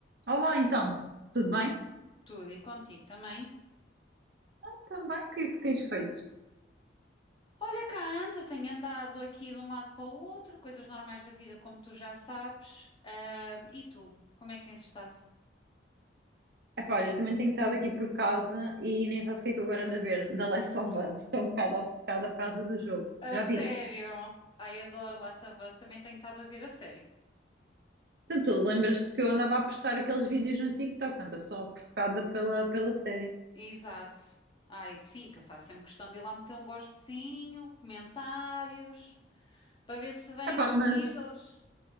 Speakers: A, on the right (about 55°); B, on the left (about 25°).
A: Olá, então, tudo bem?
B: Tudo e contigo também.
A: Ah, Também, o que é que tens feito?
B: Olha cá, ando, tenho andado aqui de um lado para o outro, coisas normais da vida, como tu já sabes. Ah, e tu, como é que tens estado?
A: Epá, olha, eu também tenho estado aqui por casa e nem sabes o que é que eu agora ando a ver. The Last of Us, estou um bocado obcecada por causa do jogo,
B: A
A: já
B: sério?
A: viste?
B: Ai, adoro Last of Us, também tenho estado a ver a série.
A: Portanto, tu lembras-te que eu andava a postar aqueles vídeos no TikTok, portanto, eu sou obcecada pela, pela série.
B: Exato. Ai, sim, que eu faço sempre questão de ir lá meter um gostezinho, comentários, para ver se vêm
A: Epá,
B: seguidores.
A: mas,